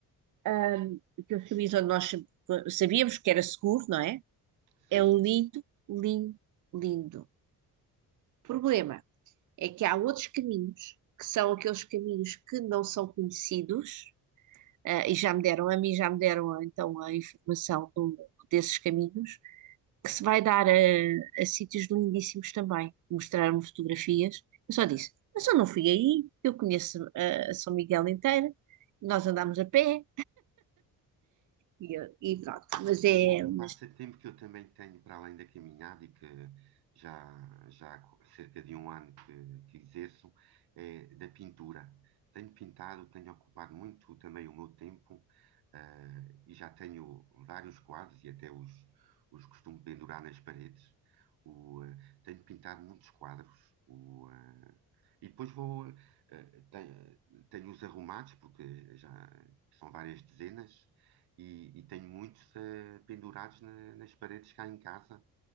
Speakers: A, on the right; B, on the right.
A: ahm, aqueles caminhos onde nós sempre- sabíamos que era seguro, não é?
B: sim.
A: É lindo, lindo, lindo. O problema é que há outros caminhos, que são aqueles caminhos que não são conhecidos, ah, e já me deram a mim, já me deram ah, então a informação do- desses caminhos, que se vai dar a, a sítios lindíssimos também. Mostraram-me fotografias. Eu só disse, mas eu não fui aí, eu conheço ah, a São Miguel inteira, nós andámos a pé, e, eu- e pronto. Mas
B: Um,
A: é, mas
B: um passatempo que eu também tenho para além da caminhada e que já, já há cerca de um ano que, que exerço é da pintura. Tenho pintado, tenho ocupado muito também o meu tempo, ah, e já tenho vários quadros e até os, os costumo pendurar nas paredes. O, ah, tenho pintado muitos quadros. O, ah, e depois vou. eh, Tenho, tenho os arrumados, porque já são várias dezenas, e, e tenho muitos eh, pendurados na- nas paredes cá em casa,